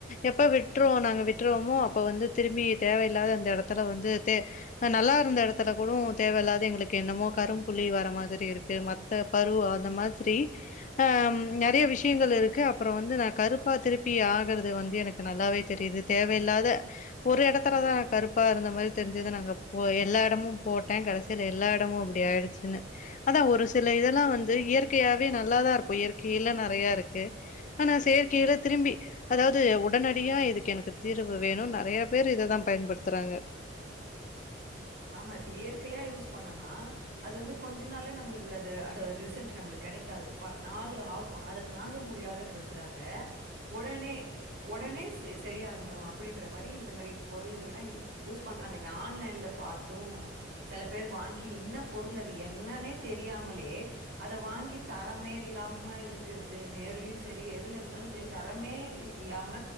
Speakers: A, on the left (about 40°); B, on the right (about 65°).
A: எப்ப விட்ருவோ நாங்க விட்ருவோமோ அப்போ வந்து திரும்பி தேவயில்லாத அந்த இடத்துல வந்து தே அ நல்லா இருந்த இடத்துல கூடு தேவயில்லாது எங்ளுக்கு என்னமோ கரும்புள்ளி வர மாதிரி இருக்கு மத் த பரு அந்த மாதிரி ஆம் நெறைய விஷ்யங்கள் இருக்கு அப்புறோ வந்து நா கருப்பா திருப்பி ஆகுறது வந்து எனக் கு நல்லாவே தெரிது தேவயில்லாத ஒரு எடத்துலதா கருப்பா இருந்த மாரி தெரிஞ்சது நாங்க போ எல்லா எடமு போட்டே கடைசில எல்லா எடமு அப்புடி ஆயிடுச்சுன்னு அதா ஒரு சில இதெல்லா வந்து இயற்கையாவே நல்லாதா இருக்கு இயற்கையில நெறையா இருக்கு ஆனா செயற்கைல திரும்பி அதாவ்து உடனடியா இதுக்கு எனக்கு தீர்வு வேணு நெறைய பேர் இதுதா பயன்படுத்துறாங்க
B: ஆமா இப்ப இயற்கையா யூஸ் பண்ணுனா அது வந்து கொஞ்ச நாள்லே நம்ளுக்கு அது அடு ரிசல்ட் நம்ளுக் கெடைக்காது பா நாள் ஆகு அத தாங்க முடியாதுன்றதுக்காக ஒடனே ஒடனே செ சரியாகணு அப் அப்டின்ற மாரி இந்த மாரி பொருள்கள்லா யூஸ் பண்றாங்க இந்த ஆன்லைன்ல பாத்தூ செல பேர் வாங்கி இன்ன பொருளது என்னனே தெரியாமலே அத வாங்கி தரமே இல்லாம இருக்குறது நேர்லியு செரி எதுல இருந்தாலு செரி தரமே இல்லாம